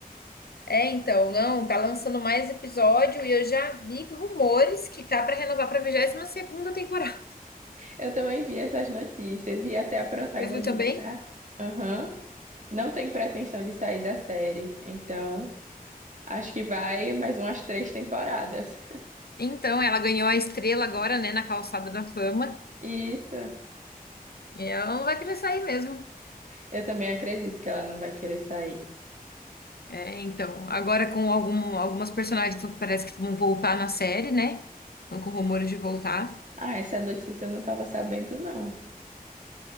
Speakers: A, on the left; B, on the right.
A: É, então, não, tá lançando mais episódio e eu já vi rumores que tá pra renovar pra vigésima segunda temporada.
B: Eu também vi essas notícias e até a protagonista,
A: Você viu também?
B: aham, não tem pretensão de sair da série. Então, acho que vai mais umas três temporadas.
A: Então, ela ganhou a estrela agora, né, na Calçada da Fama.
B: Isso,
A: E ela não vai querer sair mesmo.
B: eu também acredito que ela não vai querer sair.
A: É, então, agora com algum, algumas personagens que parece que vão voltar na série, né? Estão com rumores de voltar.
B: Ah, essa notícia eu não estava sabendo, não.